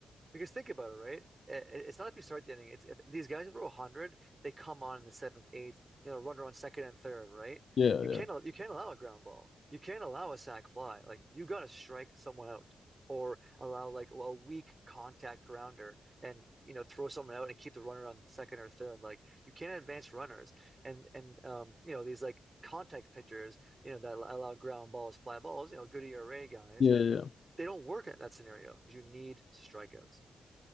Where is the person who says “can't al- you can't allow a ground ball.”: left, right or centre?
Right